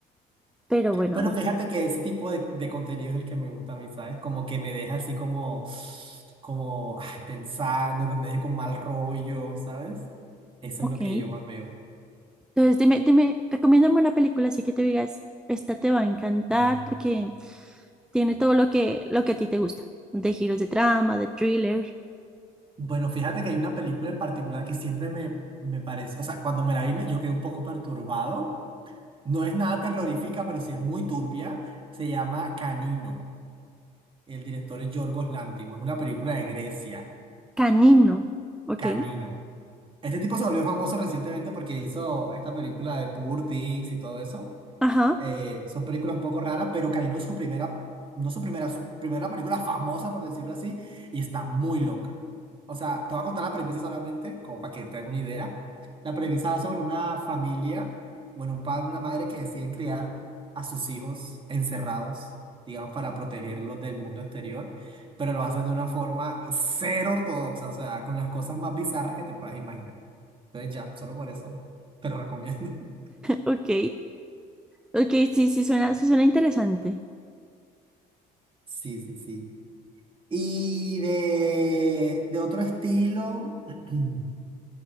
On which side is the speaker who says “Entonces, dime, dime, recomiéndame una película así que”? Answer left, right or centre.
Centre